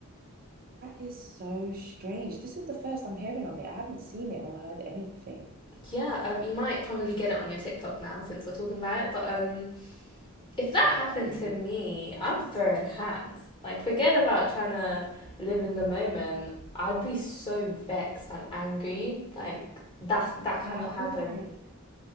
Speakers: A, on the right; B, on the left.
A: That is so strange. This is the first I'm hearing of it. I haven't seen it or heard anything.
B: Yeah, um, you might probably get it on your TikTok now since we're talking about it, but um, if that
A: Yeah,
B: happened
A: you
B: to
A: know.
B: me, I'm throwing hands. Like, forget about trying to live in the moment. I'd be so vexed and angry. Like, that that cannot
A: But I
B: happen.
A: feel like